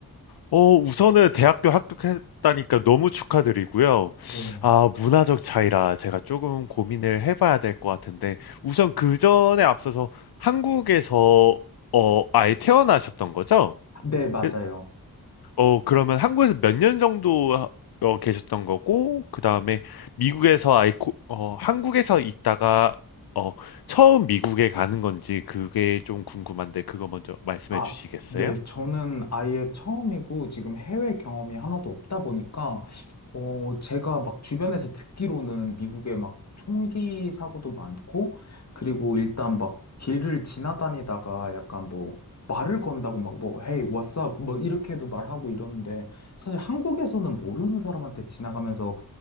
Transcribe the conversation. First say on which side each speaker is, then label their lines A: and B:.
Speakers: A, on the left; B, on the left.
A: 어, 우선은 대학교 합격했다니까 너무 축하드리고요.
B: 네.
A: 아, 문화적 차이라 제가 조금 고민을 해봐야 될 것 같은데, 우선 그 전에 앞서서 한국에서, 어, 아예 태어나셨던 거죠?
B: 네, 맞아요.
A: 그- 어, 그러면 한국에서 몇 년 정도 하- 어, 계셨던 거고, 그 다음에 미국에서 아예, 고- 어, 한국에서 있다가, 어, 처음 미국에 가는 건지 그게 좀 궁금한데, 그거 먼저 말씀해
B: 아,
A: 주시겠어요?
B: 네. 저는 아예 처음이고 지금 해외 경험이 하나도 없다 보니까, 어, 제가 막 주변에서 듣기로는 미국에 막 총기 사고도 많고, 그리고 일단 막 길을 지나다니다가 약간 뭐 말을 건다고 막 뭐, Hey, what's up? 뭐 이렇게도 말하고 이러는데, 사실 한국에서는 모르는 사람한테 지나가면서